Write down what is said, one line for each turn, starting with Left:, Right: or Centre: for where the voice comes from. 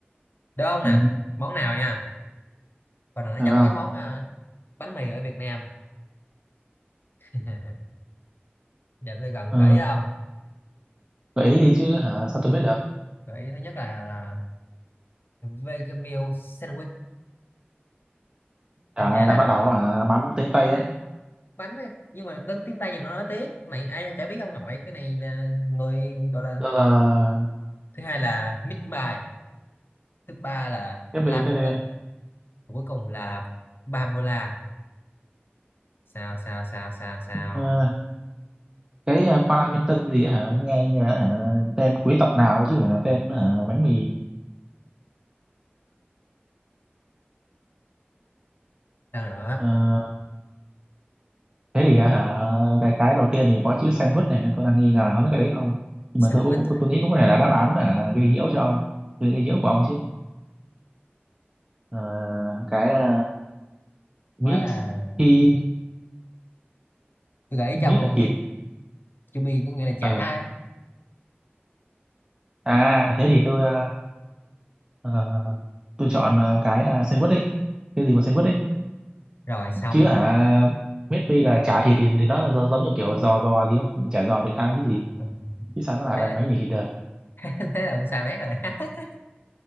Left: Đúng không
Right: Ừ.
Left: nè? Món nào nha? Còn là nó
Right: được
Left: giống
Right: không
Left: cái món ờ, bánh mì ở Việt Nam. <laughs> Giờ tôi gần
Right: Ờ,
Left: gợi ý không?
Right: gợi ý đi chứ hả sao tôi biết được
Left: Gợi ý thứ nhất là là vegan meal sandwich,
Right: đã,
Left: thứ hai là
Right: đã bắt đầu à, bắn tiếng Tây ấy
Left: bánh ấy. nhưng mà đến tiếng Tây nhiều nó nói tiếng này ai chả biết ông nội cái này là người gọi là
Right: rồi, rồi, rồi.
Left: thứ hai là mít bài thứ ba là
Right: tiếp
Left: Lamington
Right: đi tiếp đi
Left: Và cuối cùng là Bavola sao sao sao sao sao
Right: Ờ, cái uh, Paddington gì ấy hả nghe như là hả, tên quý tộc nào ấy chứ không phải là tên hả, bánh mì
Left: sao nữa
Right: Ờ, thế thì à, hả cái cái đầu tiên thì có chữ sandwich này nên tôi đang nghi ngờ không biết cái đấy không nhưng
Left: sandwich
Right: mà tôi cũng tôi nghĩ cũng có thể là đáp án là gây nhiễu cho ông gây, gây nhiễu của ông chứ Ờ, cái à,
Left: quá
Right: meat
Left: là
Right: thì
Left: biết tôi gợi ý
Right: meat
Left: trong luôn
Right: là thịt
Left: chữ chữ bi có nghĩa là chả
Right: ờ
Left: ấy.
Right: à thế thì tôi à, ờ, tôi chọn à, cái à, sandwich đấy cái gì mà sandwich đấy
Left: rồi xong
Right: chứ hả meat pie là chả thịt thì, thì nó giống giống như kiểu giò giò gì không chả giò Việt Nam chứ gì
Left: Ừ.
Right: chứ sao nó lại
Left: thế
Right: bánh bánh mì thịt được
Left: <laughs> thế là cũng sai bét rồi <laughs>